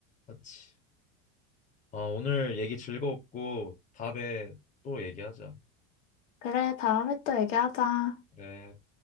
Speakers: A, on the left (about 20°); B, on the left (about 80°).
A: 맞지. 아, 오늘 얘기 즐거웠고 다음에 또 얘기하자.
B: 그래, 다음에 또 얘기하자.
A: 그래.